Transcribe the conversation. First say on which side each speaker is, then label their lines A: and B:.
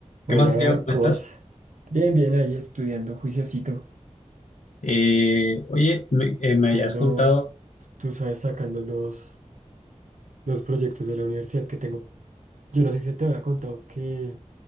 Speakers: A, on the right; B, on the left.
A: Hola,
B: ¿Qué más, Diego? ¿Cómo
A: ¿cómo
B: estás?
A: vas? Bien, bien, ahí estudiando, juiciosito.
B: Eh, oye, me, eh, me habías
A: Ando,
B: contado.
A: tú sabes, sacando los, los proyectos de la universidad que tengo. Yo no sé si te había contado que